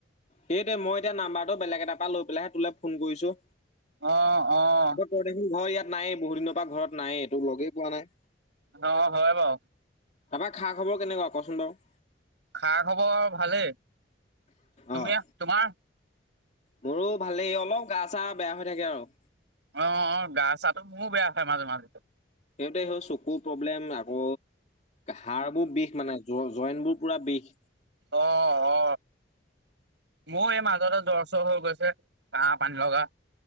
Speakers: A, on the left; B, on the right.
A: সেই দেই মই এতিয়া নাম্বাৰটো বেলেগ এটাৰ পৰা লৈ পেলাইহে তোলে ফোন কৰিছো
B: অহ অহ
A: আকৌ তই দেখোন ঘৰ ইয়াত নায়েই বহু দিনৰ পৰা ঘৰত নায়েই তোক লগেই পোৱা নাই
B: অ হয় বাও
A: তাৰপৰা খা খবৰ কেনেকোৱা কচোন বাৰু
B: খা খবৰ ভালেই তুমি
A: অ'।
B: তোমাৰ
A: মোৰো ভালেই অলপ গা চা বেয়া হৈ থাকে আৰু
B: অ অ গা চাটো মোৰো বেয়া হয় মাজে মাজে
A: সেইটোৱে সেই চকুৰ প্ৰব্লেম আকৌ হাড়বোৰ বিষ মানে জ জইনবোৰ পুৰা বিষ
B: অ অ মোৰ এই মাজতে জ্বৰ চৰ হৈ গৈছে কাহ পানী লগা